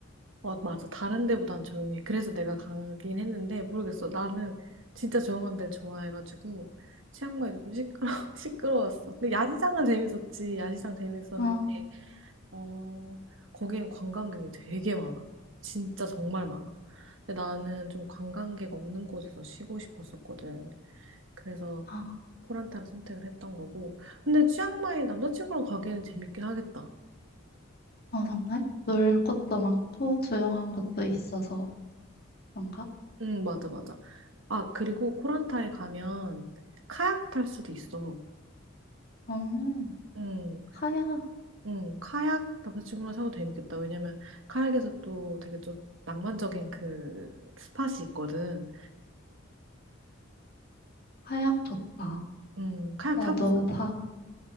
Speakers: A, on the right; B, on the left.
A: 어, 맞아. 다른 데보단 조용해. 그래서 내가 가긴 했는데 모르겠어. 나는 진짜 조용한 데를 좋아해가지고 치앙마이도 좀 시끄러 <laughs> 시끄러웠어. 근데 야시장은 재밌었지. 야시장 재밌었는데
B: 어,
A: 어 거기는 관광객이 되게 많아. 진짜 정말 많아. 근데 나는 좀 관광객 없는 곳에서 쉬고 싶었었거든. 그래서
B: 아,
A: 코란타를 선택을 했던 거고. 근데 치앙마이 남자친구랑 가기에는 재밌긴 하겠다.
B: 어, 정말? 놀 곳도 많고 조용한 곳도 있어서 그런가?
A: 응, 맞아, 맞아. 아, 그리고 코란타에 가면 카약 탈 수도 있어.
B: 음,
A: 응,
B: 하약,
A: 응, 카약 남자친구랑 타도 재밌겠다. 왜냐면 카약에서 또 되게 좀 낭만적인 그 스팟이 있거든.
B: 하약 좋다.
A: 응, 카약
B: 나도
A: 타봤어?
B: 다